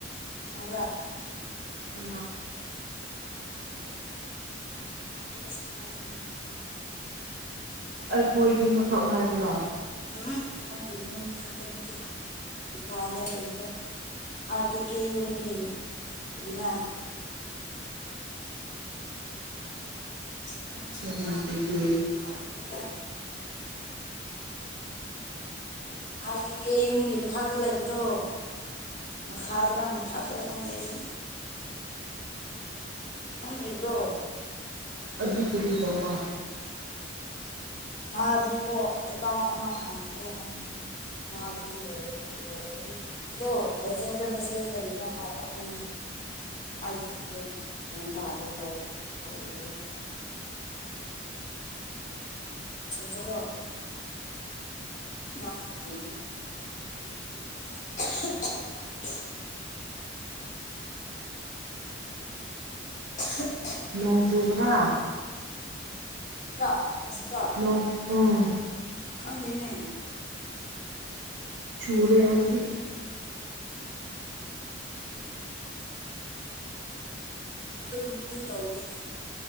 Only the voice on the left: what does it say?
ꯈꯪꯕ꯭ꯔꯥ
ꯍ ꯀꯁ ꯈꯥꯎꯗ
ꯎꯝ ꯃꯥꯒꯤ ꯅꯨꯝ ꯃꯊꯛꯇ ꯅꯠꯇꯦ ꯃꯄꯥꯟꯗ ꯂꯩꯕꯗꯣ ꯑ ꯀꯦ ꯀꯦ ꯌꯨꯝꯒꯤ ꯑꯗꯨꯅ ꯅꯪꯁꯨ
ꯌꯥꯝ
ꯄꯪꯉꯦꯗ ꯑꯥꯔ ꯀꯦ ꯀꯦ ꯌꯨꯝꯒꯤ ꯃꯊꯛꯇ ꯂꯩꯕꯗꯣ ꯃꯈꯥꯗꯔꯥ ꯃꯊꯥꯞꯇꯔ ꯈꯪꯗꯦ ꯑꯩꯁꯨ ꯅꯗꯔꯤꯕ꯭ꯔꯣ
ꯃꯥꯗꯤꯀꯣ ꯑꯦꯀꯥꯎꯟ ꯑꯃ ꯍꯥꯡꯒꯦ ꯍꯥꯏꯅꯤ ꯃꯥꯒꯤꯗꯤ ꯂꯣꯏ ꯂꯣꯏꯔꯕꯒꯤ ꯑꯗꯣ ꯋꯥꯆꯦꯞꯇ ꯃꯦꯁꯦꯖ ꯀꯔꯤꯅꯣ ꯍꯥꯏꯔꯛꯏꯅꯦ ꯑꯩꯨꯗꯣ ꯍꯦꯟꯅ ꯇꯥꯗꯩ ꯇ ꯇꯕꯗꯣ ꯖ ꯀ ꯑꯅ <unintelligible> <inaudible>
ꯁꯤꯔ ꯍꯁꯤꯔ
ꯈꯪꯗꯦꯅꯦ
ꯑꯩꯣꯏ ꯈꯨꯨꯝꯅꯗꯤ ꯇꯧꯒꯦ